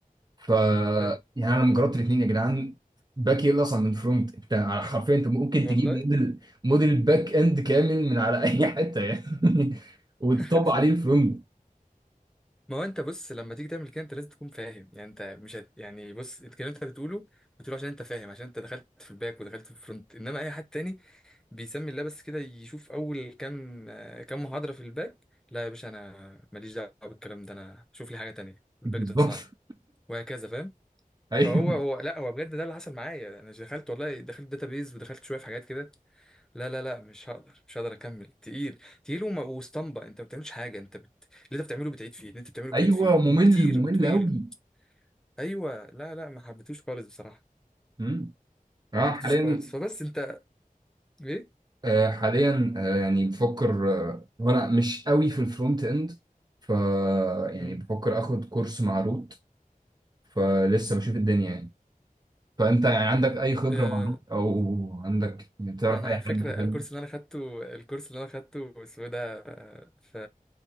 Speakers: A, on the right; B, in the centre.
A: ف
B: حرفيا
A: يعني انا لما جربت الاثنين يا جدعان باك ايه اصلا من فرونت انت حرفيا انت ممكن
B: والله
A: تجيب موديل موديل باك اند كامل من على اي حته يعني <laughs> وتطبق
B: <laughs>
A: عليه الفرونت
B: ما هو انت بص لما تيجي تعمل كده انت لازم تكون فاهم يعني انت مش هت... يعني بص الكلام اللي انت بتقوله بتقوله عشان انت فاهم عشان انت دخلت في الباك ودخلت في الفرونت انما اي حد تاني بيسمي الله بس كده يشوف اول كام آه، كام محاضرة في الباك لا يا باشا انا ماليش دعوة بالكلام ده انا شوف لي حاجة تانية الباك
A: بالظبط
B: ده صعب وهكذا فاهم
A: ايوه
B: فهو هو لا هو بجد ده اللي حصل معايا انا دخلت والله دخلت داتابيز ودخلت شوية في حاجات كده لا لا لا مش هقدر مش هقدر اكمل تقيل تقيل وما واسطمبة انت ما بتعملش حاجه انت بت... اللي انت بتعمله بتعيد فيه اللي انت بتعمله
A: ايوه
B: بتعيد فيه
A: ممل
B: وكتير
A: ممل
B: وطويل
A: قوي
B: ايوه لا لا ما حبيتوش خالص بصراحه ما
A: مم. اه
B: حبيتوش
A: حاليا
B: خالص فبس انت ايه
A: آه حاليا آه يعني بفكر آه هو انا مش قوي في الفرونت اند ف يعني
B: امم
A: بفكر اخد كورس مع روت فلسه بشوف الدنيا يعني فانت يعني عندك اي خبره
B: آه
A: معلومه او عندك يعني تعرف
B: انا
A: اي
B: على
A: حد
B: فكره
A: حلو
B: الكورس اللي انا خدته الكورس اللي انا خدته اسمه إيه ده آه، ف...